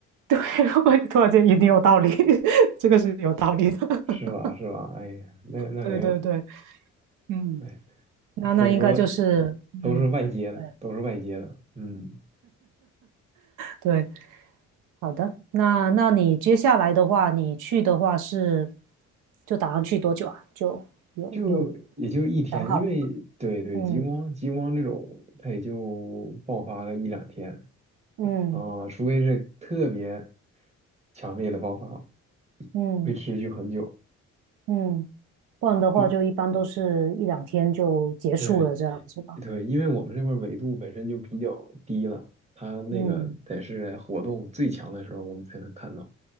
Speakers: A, on the right; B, on the right.
A: 对，我突然间一定有道理，<laughs> 这个是有道理的。
B: 是吧？
A: <laughs>
B: 是吧？哎呀，那那没有，
A: 对对对，嗯，
B: 哎，
A: 那那应该就是嗯，
B: 所以说都是外接的，
A: 对
B: 都是外接的，嗯，
A: 对，好的。那那你接下来的话，你去的话是就打算去多久啊？就有有
B: 就也就一天，
A: 想好了吗？
B: 因为对对，
A: 嗯
B: 极光极光这种，它也就爆发了一两天
A: 嗯
B: 啊，除非是特别强烈的爆发，
A: 嗯
B: 会持续很久。
A: 嗯。不然的话就一般都是一两天就结束了这样子吧。
B: 就对对，因为我们这边儿纬度本身就比较低了，它那个得是活动最强的时候，
A: 嗯
B: 我们才能看到。